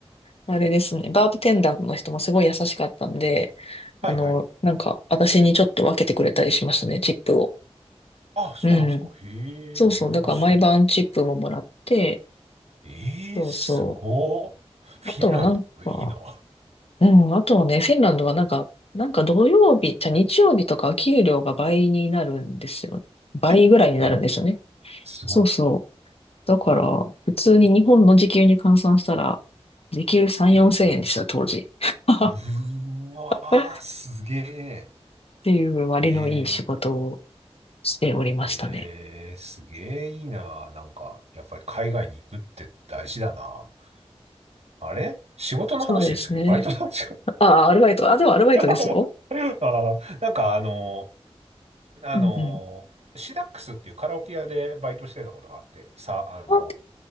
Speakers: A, on the left (about 60°); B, on the right (about 75°).
A: あれですね、バーテテンダーの人もすごい優しかったんで、
B: はいはい。
A: あの、なんか、私にちょっと分けてくれたりしましたね、チップを。
B: あ、そうなんですか。
A: うん。
B: へ
A: そうそう。
B: え、羨ましいな。
A: だから毎晩チップももらって、
B: ええ、
A: そうそ
B: すごっ。フィンランド、
A: う。あとはなんか、
B: いいな。<laughs>
A: うん、あとはね、フィンランドはなんか、なんか土曜日、じゃあ日曜日とか給料が倍になるんですよね。倍ぐらいになるんですよね。
B: えはい、すご
A: そうそう。だから、普通に日本の時給に換算したら、時給3、
B: え
A: 4千円でした、当時。<laughs>
B: え、うーわー、
A: っ
B: すげえ。
A: ていう割のいい仕事を
B: え
A: しておりましたね。
B: え、ええ、すげえいいな。なんか、やっぱり海外に行くって大事だな。あれ仕事の話でしたっけバイトなんですよ。
A: そうですね。ああ、アルバイト。あ、でもアルバイトですよ。
B: <laughs> ああ、なんかあのあの、
A: うんうん
B: シダックスっていうカラオケ屋でバイトしてたことがあって、さ、あの、
A: あ